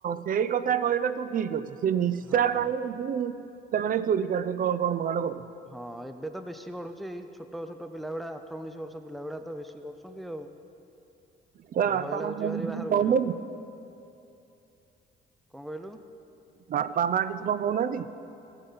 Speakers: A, on the right; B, in the centre.
A: ସେଇ କଥା କହିଲେ ତୁ ଠିକ ଅଛି ସେ ନିଶା
B: ହଁ
A: ପାଇଁ ହୁଁ ସେମାନେ ଚୋରି କରିବେ କଣ କଣ ଭଲ <inaudible>
B: ହଁ ଏବେ ତ ବେଶୀ ବଢୁଚି ଏଇ ଛୋଟ ଛୋଟ ପିଲାଗୁଡା ଅଠର ଉଣେଇଶ ବର୍ଷର ପିଲାଗୁଡା ତ ବେଶୀ କରୁଛନ୍ତି ଆଉ।
A: ତା
B: ଏ
A: ବାପା
B: ଭୟ ଲାଗୁଚି
A: ମା କଣ
B: ଭାରି
A: କିଛି
B: ବାହାରକୁ
A: କହୁନାହାନ୍ତି
B: ଯିବାକୁ। କଣ କହିଲୁ?
A: ବାପା ମାଆ କିଛି କଣ କହୁନାହାନ୍ତି?